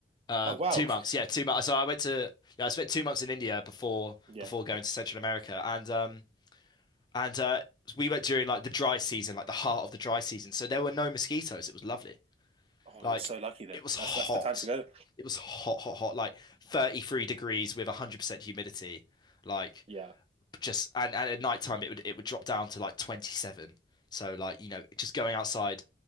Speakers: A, on the left (about 25°); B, on the right (about 35°).
A: Um,
B: Oh wow,
A: two months, yeah, two months. So I went to yeah, I spent two months in India before
B: yeah.
A: before going to Central America, and um and uh we went during like the dry season, like the heart of the dry season. So there were no mosquitoes. It was lovely.
B: Oh,
A: Like
B: you're so lucky then.
A: it was hot.
B: That's that's the time to go.
A: It was hot, hot, hot. Like 33 degrees with 100% humidity. Like
B: Yeah,
A: just and, and at night time it would it would drop down to like 27 so like you know just going outside